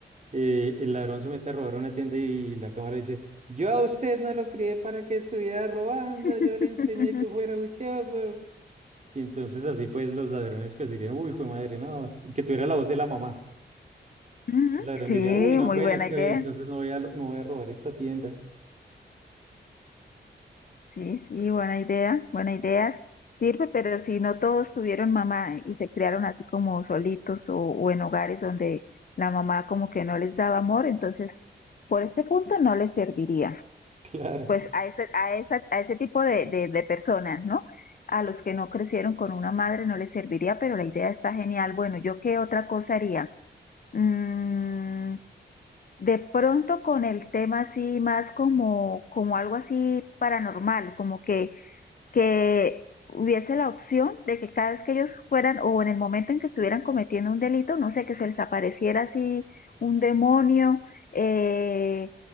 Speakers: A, on the right; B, on the left.
A: eh, el ladrón se mete a robar una tienda y la cámara dice, yo a usted no lo crié para que estuviera robando,
B: <laughs>
A: yo le enseñé que fuera juicioso. Y entonces así pues los ladrones pues dirían, uy, fue madre, no, que tuviera la voz de la mamá.
B: Ujú,
A: El ladrón
B: Sí,
A: diría,
B: muy
A: uy, no, bueno,
B: buena
A: está
B: idea,
A: bien, entonces no voy a, no voy a robar esta tienda.
B: sí, sí, buena idea, buena idea. Sirve, pero si no todos tuvieron mamá y se criaron así como solitos o, o en hogares donde la mamá como que no les daba amor, entonces por este punto no les serviría.
A: <laughs> Claro,
B: pues a ese, a esa, a ese tipo de, de, de personas, ¿no? A los que no crecieron con una madre no les serviría, pero la idea está genial. Bueno, ¿yo qué otra cosa haría? Mm, de pronto con el tema así más como, como algo así paranormal, como que, que hubiese la opción de que cada vez que ellos fueran o en el momento en que estuvieran cometiendo un delito, no sé, que se les apareciera así un demonio, eh,